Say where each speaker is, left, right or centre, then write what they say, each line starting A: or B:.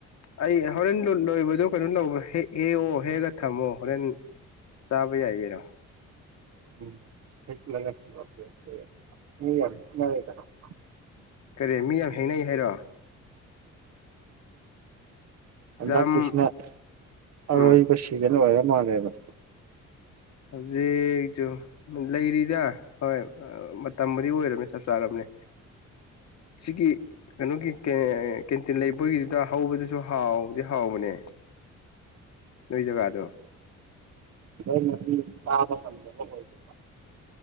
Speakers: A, on the left; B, on the right.
A: ꯑꯩ ꯍꯣꯔꯦꯟ ꯂꯣ ꯂꯣꯏꯕꯗꯨ ꯀꯩꯅꯣ ꯇꯧꯕ ꯍꯦꯛ ꯍꯦꯛꯑꯣ ꯍꯦꯛꯑꯒ ꯊꯝꯃꯣ ꯍꯣꯔꯦꯟ ꯆꯥꯕ ꯌꯥꯏ ꯀꯩꯅꯣ
B: ꯎꯝ <inaudible>
A: ꯀꯔꯤ ꯃꯤ ꯌꯥꯝ ꯍꯦꯛꯅꯩ ꯍꯥꯏꯔꯣ
B: ꯍꯟꯗꯛꯀꯤꯁꯤꯅ
A: ꯖꯥꯝ
B: ꯑꯔꯣꯏꯕ
A: ꯎꯝ
B: ꯁꯤꯖꯟ ꯑꯣꯏꯔ ꯃꯥꯜꯂꯦꯕ
A: ꯍꯧꯖꯤꯛꯁꯨ ꯂꯩꯔꯤꯗ ꯍꯣꯏ ꯃꯇꯝꯕꯨꯗꯤ ꯑꯣꯏꯔꯕꯅꯦ ꯆꯞ ꯆꯥꯔꯕꯅꯦ
B: <inaudible>
A: ꯁꯤꯒꯤ ꯀꯩꯅꯣꯒꯤ ꯀꯦ ꯀꯦꯟꯇꯤꯟ ꯂꯩꯕꯒꯤꯗꯨꯗ ꯍꯧꯕꯗꯨꯁꯨ ꯍꯥꯎꯕꯨꯗꯤ ꯍꯥꯎꯕꯅꯦ ꯑꯗꯨꯏ ꯖꯒꯥꯗꯣ
B: ꯑꯩꯅꯗꯤ ꯀꯥꯕ ꯉꯝꯗꯕ ꯑꯣꯏꯌꯦꯕ